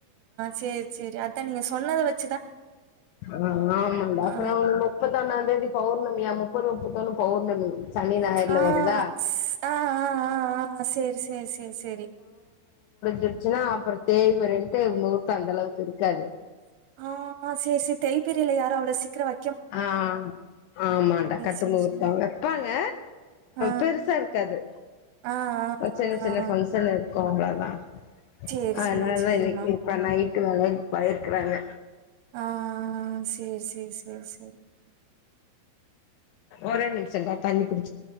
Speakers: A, on the right (about 80°); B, on the left (about 80°).
A: செரி செரி அதான் நீங்க சொன்னத வச்
B: ஆஹ் ஆமாட அப்புறம்
A: ஆ.
B: முப்பத்த ஒன்னாம்ந்தேதி பவு பௌர்ணமிா முப்பதுரு முப்பத்தோல பௌர்ணமி சனி ஞாயர்ல
A: ஆஹ்
B: வருதா
A: ஆஹ்ஹ்ஹ்ஹ் செரி செரி செரி செரி
B: இருச்சுன்னா அப்புறம் தேய்ம ரின்ட்டு முகூர்த்தம் அந்த அளவுக்கு இருக்காது
A: ஆஹ் செரி செரி தைப்பெரியில யாரோ அவ்வளோ சீக்கிரம் வ
B: ஆஹ் ஆமாடா கட்டு
A: சரி,
B: முகூர்த்தங்க
A: சரி.
B: வைப்பாங்க
A: ஆ,
B: பெருசா இருக்காது
A: ஆ, ஆ,
B: சின்ன சின்ன
A: ஆ, ஆ.
B: ஃபங்க்ஷன் கோம்பளதான்
A: சரிம்மா,
B: அதனால
A: சரிம்மா.
B: தான் இன்னைக்கு இப்ப நட வேல பயிருக்குறாங்க
A: ஆஹ் செரி செரி செ செரி
B: ஒரே நிமிஷம்டா தண்ணி குடி